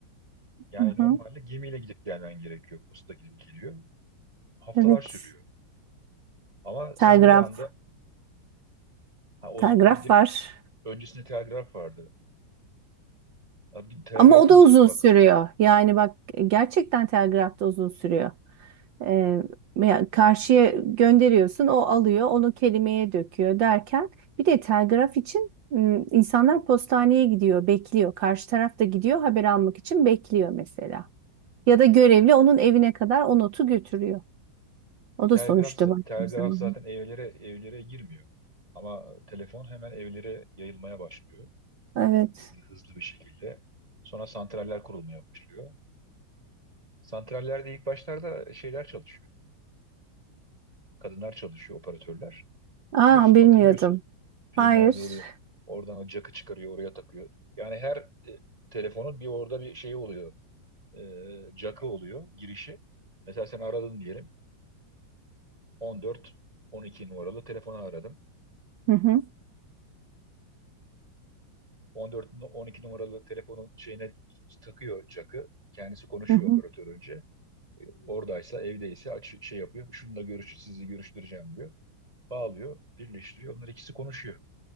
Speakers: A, on the right; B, on the right.
A: Yani
B: Hı
A: normalde
B: hı.
A: gemiyle gidip gelmen gerekiyor. Posta gidip geliyor. Haftalar
B: Evet.
A: sürüyor. Ama
B: Telgraf.
A: sen bir anda ha, o,
B: Telgraf
A: bir de
B: var.
A: öncesinde telgraf vardı. Ha, bir telgrafı
B: Ama o da
A: unuttuk
B: uzun
A: bak.
B: sürüyor. Yani bak gerçekten telgraf da uzun sürüyor. Ee, yani karşıya gönderiyorsun, o alıyor, onu kelimeye döküyor derken bir de telgraf için m, insanlar postaneye gidiyor, bekliyor. Karşı taraf da gidiyor haber almak için bekliyor mesela. Ya da görevli onun evine kadar o notu götürüyor. O
A: E, telgraf,
B: da sonuçta baktığım
A: telgraf
B: zaman.
A: zaten evlere evlere girmiyor. Ama telefon hemen evlere yayılmaya başlıyor.
B: Evet.
A: hızlı hızlı bir şekilde. Sonra santraller kurulmaya başlıyor. Santrallerde ilk başlarda şeyler çalışıyor. Kadınlar çalışıyor, operatörler.
B: Aa
A: Biliyorsun,
B: bilmiyordum.
A: hatırlıyorsun. Filmlerde
B: Hayır.
A: oluyor. Oradan o jack'ı çıkarıyor, oraya takıyor. Yani her e, telefonun bir orada bir şeyi oluyor. E, jack'ı oluyor, girişi. Mesela sen aradın diyelim. 14 12 numaralı telefonu aradım.
B: Hı hı,
A: 14 nu- 12 numaralı telefonun şeyine takıyor jack'ı. Kendisi konuşuyor
B: hı hı.
A: operatör önce. E, Oradaysa, evdeyse aç şey yapıyor. Şununla görüş, sizi görüştüreceğim diyor. Bağlıyor, birleştiriyor. Onlar ikisi konuşuyor.